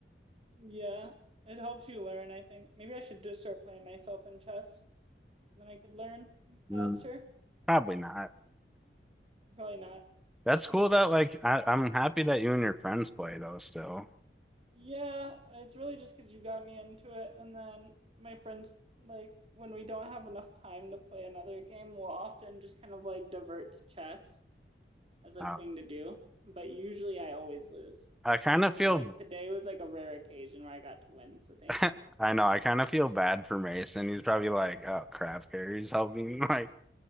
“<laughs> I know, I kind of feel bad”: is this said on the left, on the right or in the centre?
Centre